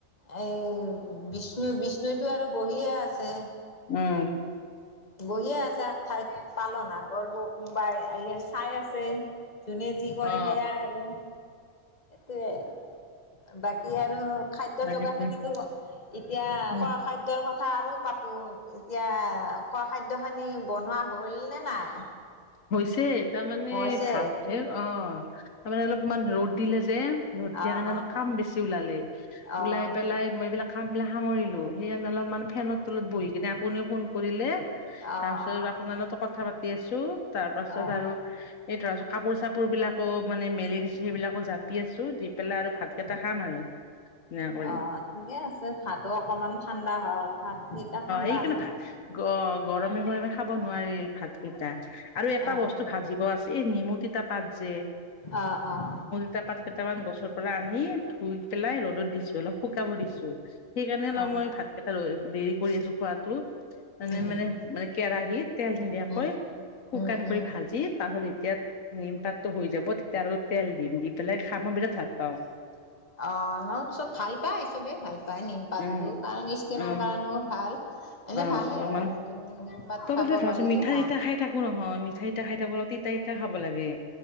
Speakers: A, on the left; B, on the left.
A: এই বিষ্ণু বিষ্ণুতো আৰু বহিয়ে আছে
B: উম
A: বহিয়ে আছে এক ঠাইত পালন আৰু কৰিব কোনোবাই আহিয়ে চাই আছে। যোনে যি কৰে
B: অ
A: সেয়া আৰু। সটোৱে আৰু বাকী আৰু খাদ্য
B: তাকেতো
A: যোগাৰখিনিতো এতিয়া
B: উম
A: খাদ্যৰ কথা আৰু পাতোঁ এতিয়া খোৱা খাদ্য খিনি বনোৱা হ'ল নে নাই?
B: হৈছে তাৰমানে
A: হৈছে
B: ভাত অ তাৰমানে অলপমান ৰ'দ দিলে যে ৰ'দ
A: অ',
B: দিয়া
A: অ',
B: কাৰণে
A: অ',
B: কাম বেছি ওলালে
A: অ',
B: ওলাই পেলাই মই এইবিলাক কাম বিলাক সামৰিলোঁ সেইকাৰণে অলপমান ফেনৰ তলত বহি কিনে আপুনি ফোন কৰিলে তাৰ
A: অ',
B: পাছত আপোনাৰ লগতো কথা পাতি আছো তাৰ পাছত
A: অ',
B: আৰু এই ধৰাছ কাপোৰ চাপোৰ বিলাকো মানে মেলি দিছো সেইবিলাকো জাপি আছো দি পেলাই আৰু ভাত এটা খাম আৰু সেয়া কৰি
A: অ ঠিকে আছে ভাতো অকমান ঠাণ্ডা হয় ভাত কেইটা ঠাণ্ডা
B: এইকাৰণে
A: হলে
B: ভাত অ গৰমে গৰমে খাব নোৱাৰি ভাত কেইটা আৰু এটা
A: অ',
B: বস্তু ভাজিব আছে এই নিমু তিতা পাত যে
A: অঁ অঁ
B: টা পাত কেইটামান গছৰ পৰা আনি ধুই পেলাই ৰ'দত দিছো অলপ শুকাব দিছো সেইকাৰণে অলপ
A: অ',
B: মই ভাতকেইটা ৰ দেৰি কৰি আছো খোৱাতটো
A: উম,
B: মে মানে মানে কেৰাহিতত তেল নিদিয়াকৈ
A: উম,
B: শুকান
A: উম, উম,
B: কৰি ভাজি তাৰপছত যেতিয়া নিমপাতটো হৈ যাব তেতিয়া অলপ তেল দিম দি পেলাই খাই মই বিৰাট ভাল পাওঁ।
A: <inaudible> অঁ ন চব ভাল পায় চবেই ভাল পায় নিমপাতটো
B: উম
A: কাৰণ স্কিনৰ
B: অ
A: কাৰণেও ভাল এনে
B: অ
A: ভালে
B: অলপমান
A: আৰু নিম নিমপাত
B: তই
A: খাব
B: ব ধৰাছ
A: পাৰিলে
B: মিঠা
A: ভাল
B: চিঠাই খাই থাকো নহয় মিঠা চিঠাই খাই থাকো অল এতিয়া খাব লাগে